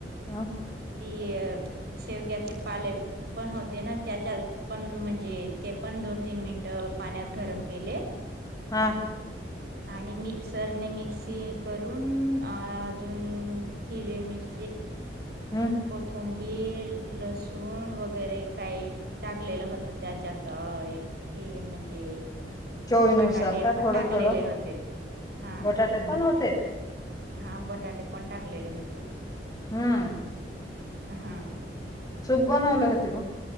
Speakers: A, on the left; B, on the right.
A: हा
B: ती शेवग्याचे पाले पण होते ना त्याच्यात पण म्हणजे ते पण दोन तीन मिनट पाण्यात गरम केले
A: हा
B: आणि मिक्सरने मिक्सी करून अ अजून हिरवे मिर
A: हम्म
B: कोथम बीर लसूण वगैरे काही टाकलेलं होतं त्याच्यात ते म्हणजे
A: चोवीनुसार
B: बटाटे
A: का
B: पण
A: थोडं
B: टाकलेले
A: थोडं
B: होते हा
A: बटाटे पण होते
B: हा बटाटे पण टाकलेले होते
A: हम्म
B: हा
A: सुप बनवल्या होती मग